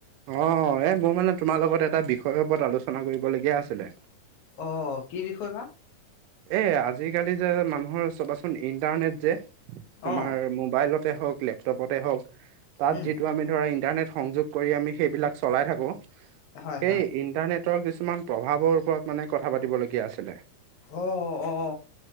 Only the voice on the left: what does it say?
অ কি বিষয় বা
অ
উম
হয় হয়
অ অ